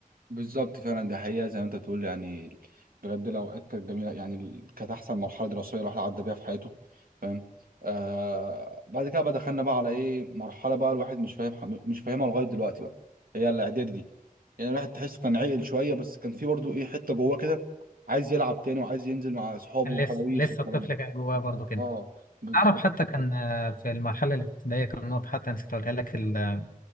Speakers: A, on the right; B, on the left.
A: بالظبط فعلا ده حقيقة زي ما انت بتقول يعني بجد الأوقات كانت جميلة يعني ال- كانت أحسن مرحلة دراسية الواحد عدى بيها في حياته فاهم آه بعد كده بقى دخلنا بقى على إيه مرحلة بقى الواحد مش فاهم مش فاهمها لغاية دلوقتي بقى هي الإعدادي دي يعني الواحد تحسه كان عاقل شوية بس كان في برضه إيه حتة جواه كده عايز يلعب تاني وعايز ينزل مع أصحابه
B: لسه
A: وخلاويص
B: لسه
A: والكلام
B: الطفل
A: ده
B: كان جواه برضه كده
A: اه بالظبط
B: تعرف حتى كان آه، في المرحلة الابتدائية كان نقطة حتى نسيت أقولها لك ال-